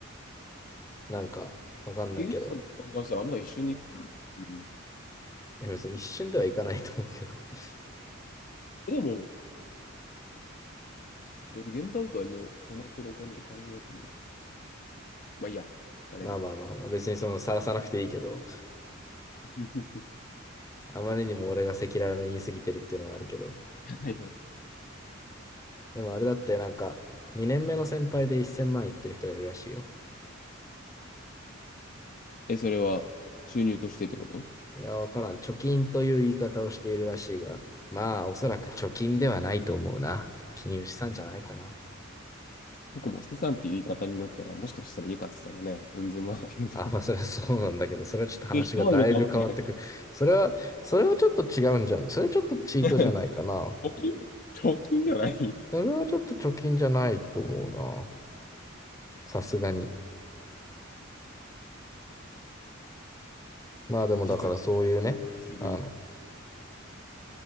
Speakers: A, on the left; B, on the left.
A: なんか、わかんないけど、
B: ミュージシャンの考えしたらあんな一瞬でいく。うん。
A: 別に一瞬ではいかないと思うけど。<laughs>
B: えでも、で、現段階のハマってるお金で考えても。まあいいや、あれやけど。
A: まあまあまあまあ、別にその晒さなくていいけど、
B: <laughs>
A: あまりにも俺が赤裸々に言い過ぎてるっていうのはあるけど。
B: はいはい。
A: でもあれだってなんか、2年目の先輩で1000万いってる人がいるらしいよ。
B: え、それは収入としてってこと
A: いや、わからん。貯金という言い方をしているらしいが、まあ、おそらく貯金ではないと思うな。金融資産じゃないかなと。
B: 僕も資産っていう言い方になったら、もしかしたら家買ってたらね、うんぜまっていうところがあるし。
A: あ、まあ、それはそうなんだけど、それはちょっと話がだいぶ変わってくる。
B: <laughs> 人はいるかもしれない。
A: それは、それはちょっと違うんじゃん。それちょっとチートじゃないかな。
B: <laughs> 貯金貯金ではない。ちょ
A: それはちょっと貯金じゃないと思うな。さすがに。まあでもだからそういうね、
B: っと実、実で見
A: あの、